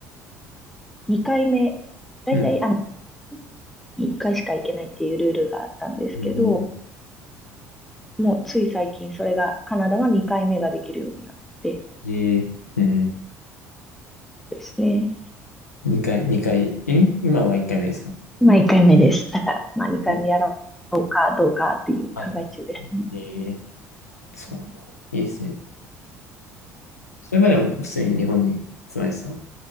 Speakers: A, in the centre; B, on the left.
A: 2回目、だいたいあの、
B: うん。
A: 1回しか行けないっていうルールがあったんですけど、
B: うんうんうん
A: もうつい最近それが、カナダは2回目ができるようになって
B: ええうん。
A: ですね。
B: 2回、二回、ん今は1回目ですか
A: 今1回目です。だから、まあ2回目やろうかどうかっていう考え中ですね。
B: うんはいはい。ええそうなんだ。
A: うん
B: いいですね。それまでは普通に日本に住まれてたの